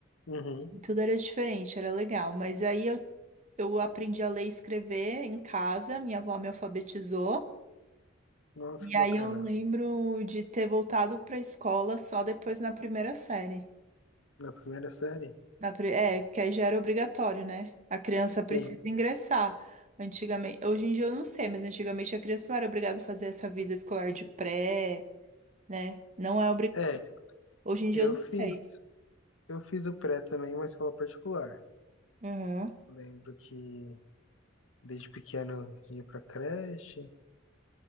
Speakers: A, on the left (about 85°); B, on the right (about 35°).
A: Uhum.
B: Tudo era diferente, era legal. Mas aí eu, eu aprendi a ler e escrever em casa, minha avó me alfabetizou.
A: Nossa,
B: E
A: que
B: aí
A: bacana.
B: eu lembro de ter voltado para a escola só depois na primeira série.
A: Na primeira série?
B: Na, pri- é, que aí já era obrigatório, né? A criança precisa
A: Sim.
B: ingressar. Antigamente, hoje em dia eu não sei, mas antigamente a criança não era obrigada a fazer essa vida escolar de pré, né? Não é
A: É,
B: Hoje em dia
A: eu
B: eu não
A: fiz.
B: sei.
A: Eu fiz o pré também em uma escola particular.
B: Uhum.
A: Lembro que desde pequeno eu ia pra creche.